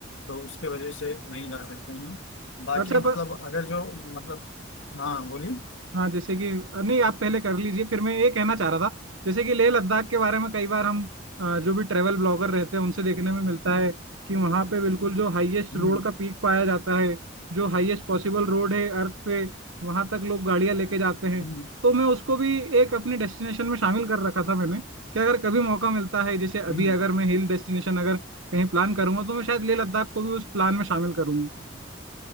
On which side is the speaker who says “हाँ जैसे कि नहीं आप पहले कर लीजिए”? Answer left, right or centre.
Right